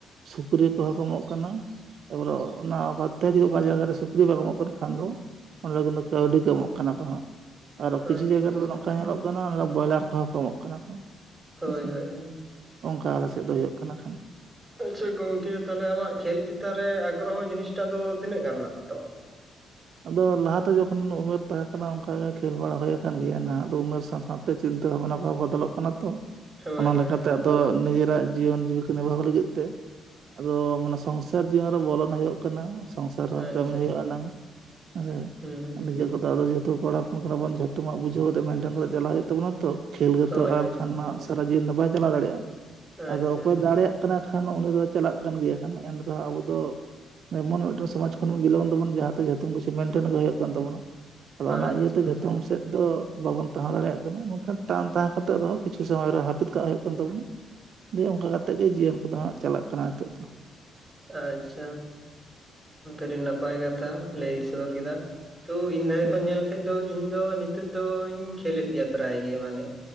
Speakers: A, on the right; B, in the centre.
A: ᱥᱩᱠᱨᱤ ᱠᱚᱦᱚᱸ ᱠᱚ ᱮᱢᱚᱜ ᱠᱟᱱᱟ ᱾ <unintelligible> ᱚᱱᱟ ᱵᱟᱫᱛᱮ ᱡᱩᱫᱤ ᱚᱠᱟ ᱡᱟᱭᱜᱟ ᱨᱮ ᱥᱩᱠᱨᱤ ᱵᱟᱝᱠᱚ ᱮᱢᱚᱜ ᱠᱟᱱ ᱠᱷᱟᱱ ᱫᱚ ᱚᱸᱰᱮ ᱫᱚ ᱩᱱ ᱫᱚ ᱠᱟᱹᱣᱰᱤ ᱠᱚ ᱮᱢᱚᱜ ᱠᱟᱱᱟ ᱠᱚ ᱦᱟᱸᱜ ᱾ ᱟᱨᱚ ᱠᱤᱪᱷᱩ
B: ᱟᱪᱪᱷᱟ
A: ᱡᱟᱭᱜᱟ ᱨᱮᱫᱚ
B: ᱟᱪᱪᱷᱟ
A: ᱱᱚᱝᱠᱟ ᱧᱮᱞᱚᱜ ᱠᱟᱱᱟ ᱚᱸᱰᱮ ᱫᱚ ᱵᱚᱭᱞᱟᱨ ᱠᱚᱦᱚᱸ ᱠᱚ ᱮᱢᱚᱜ ᱠᱟᱱᱟ ᱠᱚ ᱾
B: ᱦᱳᱭ
A: ᱦᱮᱸᱥᱮ
B: ᱦᱳᱭ ᱦᱳᱭ
A: ᱚᱱᱠᱟ ᱟᱞᱮ ᱥᱮᱫ ᱫᱚ ᱦᱩᱭᱩᱜ ᱠᱟᱱᱟ ᱠᱷᱟᱱ ᱾
B: ᱟᱪᱪᱷᱟ ᱜᱚᱝᱠᱮ ᱛᱟᱦᱚᱞᱮ ᱟᱢᱟᱜ ᱠᱷᱮᱞ ᱪᱮᱛᱟᱱ ᱨᱮ ᱟᱜᱽᱜᱨᱚᱦᱚ ᱡᱤᱱᱤᱥ ᱴᱟᱜ ᱫᱚ ᱛᱤᱱᱟᱹᱜ ᱜᱟᱱ ᱢᱮᱱᱟᱜ ᱛᱟᱢᱟ?
A: ᱟᱫᱚ ᱞᱟᱦᱟᱛᱮ ᱡᱚᱠᱷᱚᱱ ᱩᱢᱮᱨ ᱛᱟᱦᱮᱸ ᱠᱟᱱᱟ ᱚᱱᱠᱟ ᱜᱮ ᱠᱷᱮᱞ ᱵᱟᱲᱟ ᱦᱩᱭ ᱟᱠᱟᱱ ᱜᱮᱭᱟ ᱱᱟᱦᱟᱜ ᱟᱫᱚ ᱩᱢᱮᱨ ᱥᱟᱶ ᱥᱟᱶ ᱪᱤᱱᱛᱟᱹ ᱵᱷᱟᱵᱱᱟ ᱠᱚᱦᱚᱸ ᱵᱚᱫᱚᱞᱚᱜ ᱠᱟᱱᱟ ᱛᱚ ᱾
B: ᱦᱳᱭ
A: ᱚᱱᱟ
B: ᱦᱳᱭ
A: ᱞᱮᱠᱟᱛᱮ
B: ᱦᱳᱭ
A: ᱫᱚ ᱱᱤᱡᱮᱨᱟᱜ ᱡᱤᱭᱚᱱ ᱡᱤᱵᱤᱠᱟ ᱱᱤᱵᱷᱟᱹᱣ ᱞᱟᱹᱜᱤᱫ ᱛᱮ ᱟᱫᱚ ᱢᱟᱱᱮ ᱥᱚᱝᱥᱟᱨ ᱡᱤᱭᱚᱱ ᱨᱮ ᱵᱚᱞᱚᱱ ᱦᱩᱭᱩᱜ ᱠᱟᱱᱟ ᱾ ᱥᱚᱝᱥᱟᱨ ᱨᱮᱦᱚᱸ
B: ᱟᱪᱪᱷᱟ
A: ᱠᱟᱹᱢᱤ ᱦᱩᱭᱩᱜ-ᱟ
B: ᱟᱪᱪᱷᱟ
A: ᱱᱟᱝ ᱦᱮᱸ
B: ᱦᱩᱸ
A: ᱟᱨ ᱱᱤᱡᱮ ᱠᱚᱫᱚ ᱟᱫᱚ ᱡᱮᱦᱮᱛᱩ ᱠᱚᱲᱟ ᱦᱚᱯᱚᱱ ᱠᱟᱱᱟ ᱵᱚᱱ ᱡᱚᱛᱚᱢᱟᱜ ᱵᱩᱡᱷᱟᱹᱣ ᱠᱟᱛᱮ ᱢᱮᱱᱴᱮᱱ ᱠᱟᱛᱮ ᱪᱟᱞᱟᱜ ᱦᱩᱭᱩᱜ ᱛᱟᱵᱚᱱᱟ ᱛᱚ ᱾ ᱠᱷᱮᱞ ᱜᱮᱛᱚ
B: ᱦᱳᱭ
A: ᱟᱨ
B: ᱦᱳᱭ
A: ᱠᱷᱟᱱ ᱢᱟ ᱥᱟᱨᱟ ᱡᱤᱭᱚᱱ ᱫᱚ ᱵᱟᱭ ᱪᱟᱞᱟᱣ ᱫᱟᱲᱮᱭᱟᱜᱼᱟ ᱾ ᱟᱫᱚ
B: ᱟᱪᱪᱷᱟ
A: ᱚᱠᱚᱭ ᱫᱟᱲᱮᱭᱟᱜ ᱠᱟᱱᱟ ᱠᱷᱟᱱ ᱩᱱᱤ ᱫᱚ ᱪᱟᱞᱟᱜ ᱠᱟᱱ ᱜᱮᱭᱟ ᱠᱷᱟᱱ ᱮᱱ‌ ᱨᱮᱦᱚᱸ ᱟᱵᱚ ᱫᱚ ᱮᱢᱚᱱ ᱢᱤᱫᱴᱮᱱ ᱥᱚᱢᱟᱡᱽ ᱠᱷᱚᱱ ᱵᱚᱱ ᱵᱤᱞᱚᱢ ᱫᱟᱵᱚᱱ ᱡᱟᱦᱟᱸᱛᱮ ᱡᱷᱚᱛᱚᱢ ᱠᱩᱪᱩ ᱢᱮᱱᱴᱮᱱ ᱟᱜᱩ ᱦᱩᱭᱩᱜ ᱠᱟᱱ ᱛᱟᱵᱚᱱᱟ ᱾ ᱟᱫᱚ
B: ᱟᱪᱪᱷᱟ ᱟᱪᱪᱷᱟ
A: ᱚᱱᱟ ᱤᱭᱟᱹᱛᱮ ᱡᱚᱛᱚᱢ ᱥᱮᱫ ᱟᱫᱚ ᱵᱟᱵᱚᱱ ᱛᱟᱦᱮᱸ ᱫᱟᱲᱮᱭᱟᱜ ᱠᱟᱱᱟ ᱢᱮᱱᱠᱷᱟᱱ ᱴᱟᱱ ᱛᱟᱦᱮᱸ ᱠᱟᱛᱮᱜ ᱨᱮᱦᱚᱸ ᱠᱤᱪᱷᱩ ᱥᱚᱢᱚᱭ ᱨᱮ ᱦᱟᱹᱯᱤᱫ ᱠᱟᱜ ᱦᱩᱭᱩᱜ ᱠᱟᱱ ᱛᱟᱵᱚᱱᱟ ᱾ ᱫᱤᱭᱮ ᱚᱱᱠᱟ ᱠᱟᱛᱮ ᱜᱮ ᱡᱤᱭᱚᱱ ᱠᱚᱫᱚ ᱦᱟᱸᱜ ᱪᱟᱞᱟᱜ ᱠᱟᱱᱟ ᱱᱤᱛᱚᱜ ᱫᱚ ᱾
B: ᱟᱪᱪᱷᱟ ᱟᱹᱰᱤ ᱱᱟᱯᱟᱭ ᱠᱟᱛᱷᱟ ᱞᱟᱹᱭ ᱥᱚᱫᱚᱨ ᱠᱮᱫᱟ ᱾ ᱛᱚ ᱤᱧ ᱫᱷᱟᱨᱮ
A: ᱦᱳᱭ
B: ᱠᱷᱚᱱ ᱧᱮᱞ ᱞᱮᱠᱷᱟᱱ ᱫᱚ ᱤᱧ ᱫᱚ ᱱᱤᱛᱚᱜ ᱫᱚᱧ ᱠᱷᱮᱞᱮᱫ ᱜᱮᱭᱟ ᱯᱨᱟᱭ ᱜᱮ ᱢᱟᱱᱮ